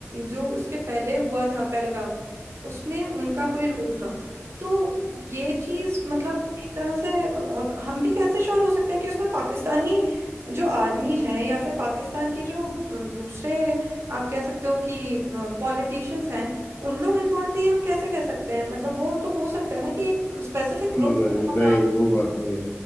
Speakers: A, on the right; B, on the left.
A: जो उसके पहले हुआ था पहलगाम उसमें उनका कोई रोल था तो ये चीज मतलब एक तरह से और हम भी कैसे श्योर हो सकते हैं कि उसमें पाकिस्तानी जो आर्मी है या फिर पाकिस्तान के जो अ, दूसरे आप कह सकते हो कि पॉलिटिशियंस हैं उन लोग इन्वॉल्व थे हम कैसे कह सकते हैं मतलब वो तो हो सकता है ना कि एक स्पेसिफिक
B: हम्म,
A: ग्रुप
B: नहीं
A: हमारा
B: नहीं वो बात नहीं है